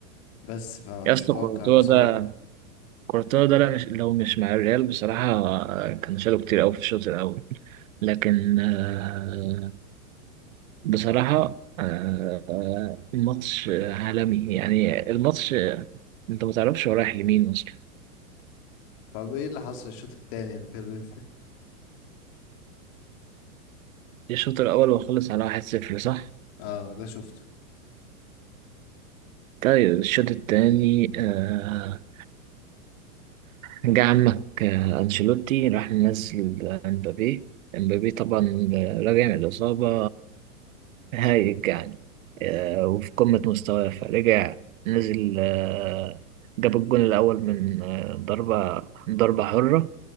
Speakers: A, on the left; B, on the right.
A: بس فمش
B: يا اسطى
A: متوقع
B: كورتوا
A: بصراحه
B: ده كورتوا ده لا مش لو مش مع الريال بصراحة آه، كان شاله كتير أوي في الشوط الأول لكن آه، بصراحة آه، آه، الماتش عالمي يعني الماتش آه، أنت متعرفش هو رايح لمين أصلا
A: طب ايه اللي حصل الشوط التاني اللي كان بت-
B: الشوط الأول وخلص على واحد صفر صح؟
A: اه ده شفته
B: طيب الشوط التاني آه، جه عمك آه، أنشيلوتي راح منزل امبابي امبابي طبعا راجع من الإصابة هايج يعني آه، وفي قمة مستواه فرجع نزل آه، جاب الجون الأول من آه، ضربة من ضربة حرة